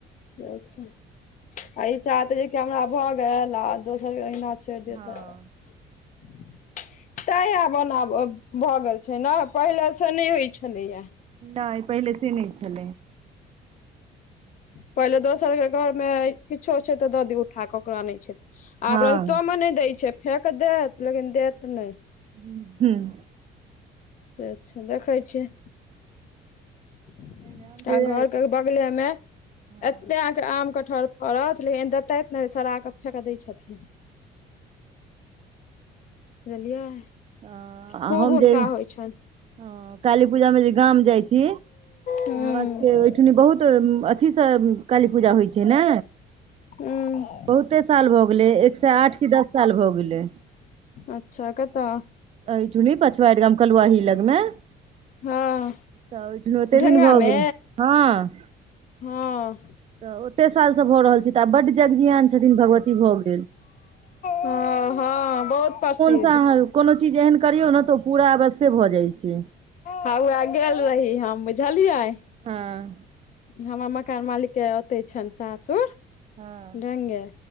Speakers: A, on the left; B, on the right.
A: अच्छा आ इ चाहतै जे कि हमरा भऽ गेल आ दोसर के अहिना छोड़ि
B: हँ
A: दियौ त तांइ आब ओना ब भऽ गेल छै नऽ पहिले से नै होइ छलैये।
B: नै पहिले से नै छलै।
A: पहिले दोसर के घर मे किछो छै तऽ दऽ दीयौ उठा कऽ ओकरा नै छै
B: हँ
A: आब रहितो मे नै दै छै फेेक देत लेकिन देत नै।
B: हूँ
A: से छै देखै छियैह। एकटा
B: हम जे
A: घर के बगले मे
B: हँ
A: एत्ते आम कटहर फड़त लेकिन देतैथ नै सरा क फेेक दै छथिन। बुझलियै
B: आ आ
A: खूब
B: हम
A: हुनका
B: जे हॅं
A: होइ छनि
B: काली पूजा मे जे गाम जाइ छी तऽ
A: हूँ
B: हमरा सबके ओइठनी बहुत अथी से काली पूजा होइ छै ने
A: हूँ
B: बहुत कते साल भऽ गेलै एक सेए आठ की दस साल भऽ गेलै।
A: अच्छा कत्तऽ?
B: अहिठुनी पछवाड़ि गाम कलुवाही लग मे। तऽ
A: हँ
B: ओइठिना ओते
A: ढेंगा
B: दिन भऽ
A: मे
B: गेलै हँ। तऽ
A: हँ
B: ओते सालसँ भऽ रहल छै, तऽ आब बड्ड जग- जियान छथिन भगवती भऽ गेल।
A: ह- हँ बहुत प्रसिद्ध।
B: सैह हाल, कोनो चीज एहन करियौ ने तऽ, ओ पूरा अवश्ये भए जाय छै।
A: ह उएह गेल रही हम बुझलियै।
B: हँ।
A: हमर मकान मालिक के ओऔते छनि सासुर।
B: हँ
A: ढंगे,